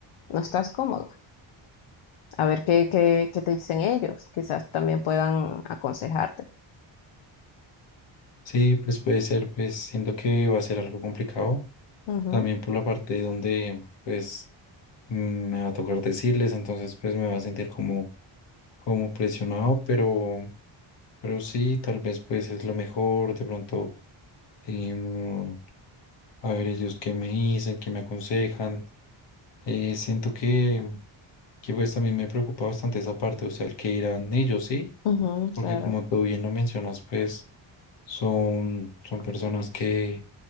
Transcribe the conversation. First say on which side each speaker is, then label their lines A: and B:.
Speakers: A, on the left (about 75°); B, on the left (about 60°).
A: no estás cómodo. A ver qué, qué, qué te dicen ellos, quizás también puedan aconsejarte.
B: Sí, pues puede ser, pues siento que va a ser algo complicado.
A: Ujú,
B: También por la parte donde pues mm, me va a tocar decirles, entonces pues me va a sentir como, como presionado, pero... Pero sí, tal vez pues es lo mejor, de pronto em, A ver, ellos qué me dicen, qué me aconsejan. Eh, siento que, que pues también me preocupa bastante esa parte, o sea, el que irán ellos, ¿sí?
A: ujú,
B: Porque
A: claro.
B: como tú bien lo mencionas, pues son, son personas que,